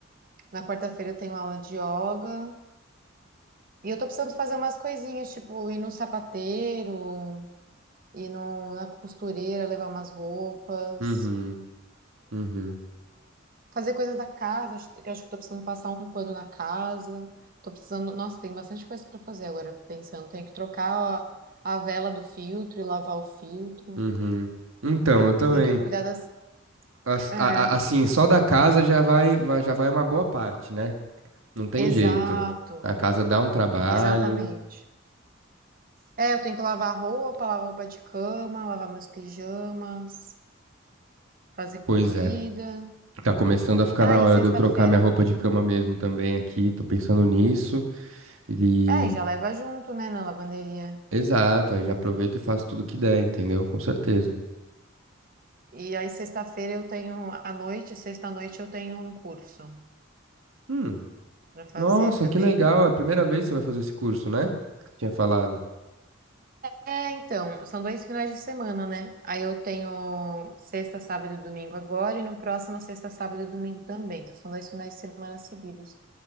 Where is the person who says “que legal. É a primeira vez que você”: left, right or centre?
Right